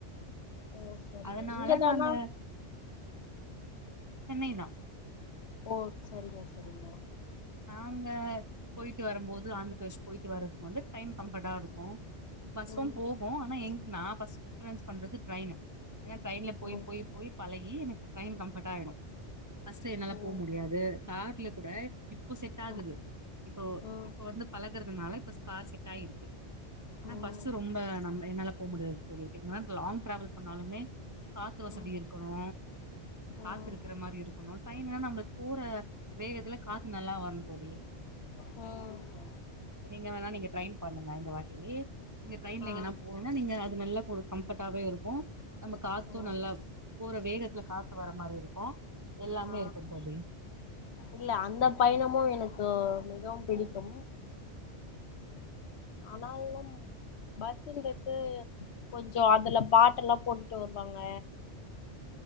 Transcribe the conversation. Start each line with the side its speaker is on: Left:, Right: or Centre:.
Left: ஓ சரிங்க
Right: அதனால
Left: இங்க தானா
Right: நாங்க சென்னைதா
Left: ஓ செரிங் செரிங்
Right: நாங்க போயிட்டு வரும்போது ஆந்திர ப்ரதேஷ் போயிட்டு வரம்போது டைம் கம்ஃபர்ட்டா இருக்கு பஸ்சு
Left: ம்
Right: போகு ஆனா எங் நா ஃபஸ்ட் பிபரன்ஸ் பண்றது டிரெயினு ஏன்னா டிரெயின்ல போய்
Left: ம்
Right: போய் போய் பழகி எனக்கு டிரெயின் கம்ஃபர்ட்டா ஆகிடு பஸ்ல்ல என்னால
Left: ம்
Right: போ முடியாது கார்ல கூட இப்போ செட் ஆகுது
Left: ம்
Right: இப்போ
Left: ம்
Right: இப்ப வந்து பழகுறதுனால இப்ப கார் செட் ஆகிருக்கு ஆனா
Left: ம்
Right: பஸ் ரொம்ப நம் என்னால போ முடியாது தோழி என்னால லாங் டிராவல் பண்ணாலுமே காத்து வசதி
Left: ம்
Right: இருக்கணு
Left: ம்
Right: காத்து இருக்கிற மாரி இருக்கணு டிரெயின்னா நம்மளுக்கு போற வேகத்துல காத்து நல்லா வருந் தோழி
Left: ம்
Right: நீங்க வேணா நீங்க ட்ரை பண்ணுங்க இந்த வாட்டி நீங்க டிரென்ல
Left: ஆ
Right: எங்கனா போ போனா நீங்க அது நல்லா ஒரு கம்ஃபர்டாவே இருக்கு நம்ம காத்து
Left: ஓ
Right: நல்லா போற வேகத்துல காத்து வர மாரி இருக்கு எல்லாமே
Left: ஆ
Right: இருக்கு தோழி
Left: இல்ல அந்த பயணமு எனக்கு மிகவும் பிடிக்கு ஆனால் பஸ்ன்றது கொஞ்சோ அதுல பாட்டெல்லா போட்டுட்டு வருவாங்க